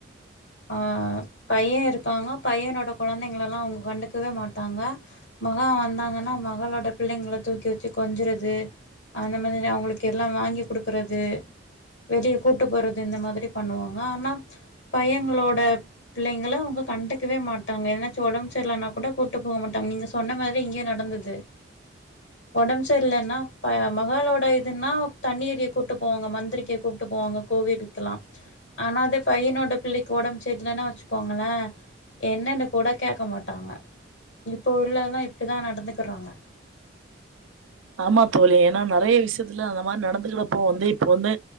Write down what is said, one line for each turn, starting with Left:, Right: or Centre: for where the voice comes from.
Left: ஆஹ் பைய இருக்காங்க பையனோட கொழந்தைங்களல்லா அவங்க கண்டுக்கவே மாட்டாங்க மகா வந்தாங்கன்னா மகளோட பிள்ளைங்களை தூக் கி வச்சு கொஞ்சுறது அந்த மாதிரிதா அவங்களுக்கு எல்லா வாங்கி குடுக்கறது வெளிய கூட்டு போறது இந்த மாதிரி பண்ணுவாங்க ஆனா பையங்களோட பிள்ளைங்கள அவங்க கண்டுக்கவே மாட்டாங்க எதுனாச்சு ஒடம்பு சரியில்லனா கூட கூட்டு போக மாட்டாங்க நீங்க சொன்ன மாரி இங்கயு நடந்தது ஒடம் பு சரியலன்னா இப்ப மகாளோட இது ன்னா தண்ணி ஏறிய கூட்டு போவாங்க மந்திரிக்க கூப்ட்டு போவாங்க கோவிலுக்கெல்லா ஆனா அதே பையனோட பிள்ளைக்கு ஒடம்பு சரியில்லன்னா வச்சுக்கோங்களே என்னன்னு கூட கேக்க மாட்டாங்க இப்ப உள்ளவங்கல்லா இப்டிதா நடந்துக்குறாங்க
Right: ஆமா தோழி ஏன்னா நெறைய விஷயத்துல அந்த மாரி நடந்துகிறப்போ வந்து இப்ப வந்து